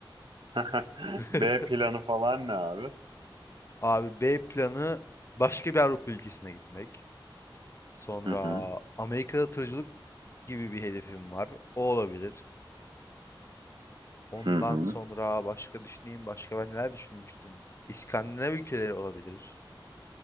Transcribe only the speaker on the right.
<laughs>
B planı falan ne abi?
Hı hı,
hı hı.